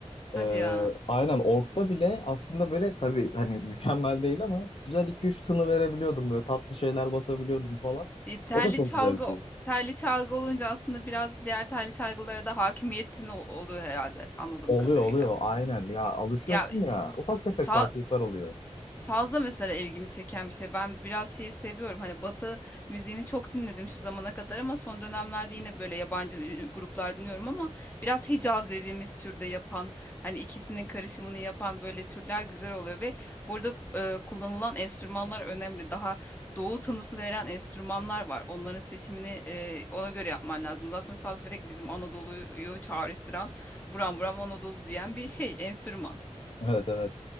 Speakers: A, on the left; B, on the left.
A: Hadi
B: E,
A: ya.
B: aynen orgda bile aslında böyle tabii hani <laughs> mükemmel değil ama güzel iki üç tını verebiliyordum. Böyle tatlı şeyler basabiliyordum falan.
A: e, telli
B: O da çok
A: çalgı
B: güzel bir şey.
A: telli çalgı olunca aslında biraz diğer telli çalgılara da hakimiyetin ol- oluyor herhalde anladığım
B: Oluyor
A: kadarıyla.
B: oluyor aynen ya alışıyorsun
A: Ya
B: ya ufak
A: sa-
B: tefek farklılıklar oluyor.
A: Sazda mesela ilgimi çeken bir şey. Ben biraz şeyi seviyorum. Hani Batı müziğini çok dinledim şu zamana kadar ama son dönemlerde yine böyle yabancı e, gruplar dinliyorum ama biraz Hicaz dediğimiz türde yapan, hani ikisinin karışımını yapan böyle türler güzel oluyor ve burada e, kullanılan enstrümanlar önemli. Daha doğu tınısı veren enstrümanlar var. Onların seçimini e, ona göre yapman lazım. Zaten saz direkt bizim Anadolu'yu çağrıştıran, buram buram Anadolu diyen bir şey, enstrüman.
B: Evet evet.